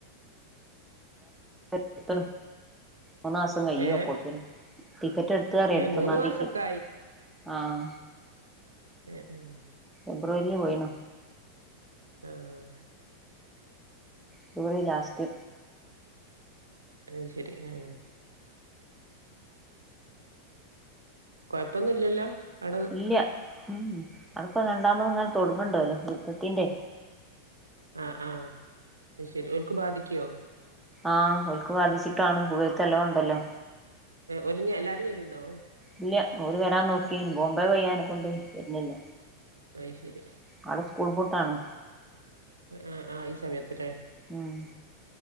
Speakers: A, in the centre; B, on the right (about 75°).
A: പുത്ത ഒ സംങ്ങായി
B: ഏഹ്
A: പുൊത്തന ടിക്കറ്റ് എടുത്തറിയ
B: ഏഹ്
A: എടുത്തൊന്നാം
B: മൂന്ന് മാസൊക്കെ
A: തീയക്ക് ആഹ
B: ഉം ഉം
A: ഫബ്രുവരിൽ പോയിണ
B: ആഹ
A: ഫെബുവരി ലാസ്റ്റ്
B: അ ശരി ആ കൊഴപ്പൊന്നും ഇല്ലല്ലോ അവിടത്
A: ഇല്ല ഉം അതപ്പോൊ രണ്ടാമത് ഇങ്ങനെ തൊടങ്ങണ്ട അല്ലേ യുദ്ധത്തിൻ്റെ
B: ആഹ് ആഹ് അത് ശരി ഒക്ക് ബാധിക്കോ
A: ആഹ് ഒക്ക് ബാധിച്ചിട്ടാണ് കുവേത്തെല ഉണ്ടല്ലോ
B: ഒലിഞ്ഞ എല്ലാരും വേരുണ്ടോ
A: ഇല്ല ഓര് വരാൻ നോക്കി ബോംബെ വയ്യാനെ കൊണ്ട് വരുന്നില്ല
B: അഹ് ശെരി
A: നാളെ സ്കൂൾ പൂട്ടാണൊ
B: ആഹ് ആഹ് ഈ സമയത്ത്ല്ലേ
A: ആഹ്